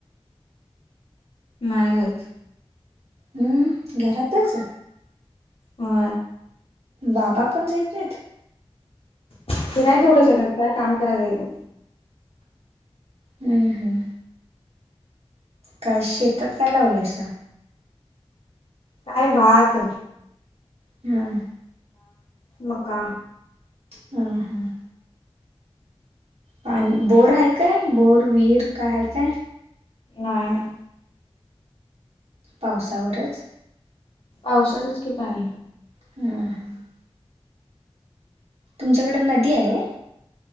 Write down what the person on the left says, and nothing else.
नाहीरच.
हो.
फिरायला तेवढं झागत काय काम कराय जाईल.
का भात
मका
नाही नाही.
औषधच की पाणी.